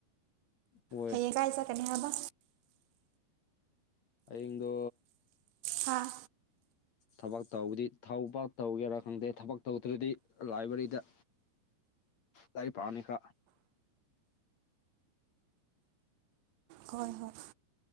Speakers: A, on the left (about 50°); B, on the right (about 80°).
A: ꯍꯣꯏ
B: ꯍꯌꯦꯡ ꯀꯥꯏ ꯆꯠꯀꯅꯤ ꯍꯥꯏꯕ
A: ꯑꯩꯏꯪꯗꯣ
B: ꯍꯥꯥ
A: ꯊꯕꯛ ꯇꯧꯕꯗꯤ ꯊꯧꯕ ꯇꯧꯒꯦꯔꯥ ꯈꯪꯗꯦ ꯊꯕꯛ ꯇꯧꯗ꯭ꯔꯗꯤ ꯂꯥꯏꯕ꯭ꯔꯦꯔꯤꯗ ꯂꯥꯏ ꯔꯤꯛ ꯄꯥꯕꯅꯤꯀꯥ
B: ꯍꯣꯏ ꯍꯣꯏ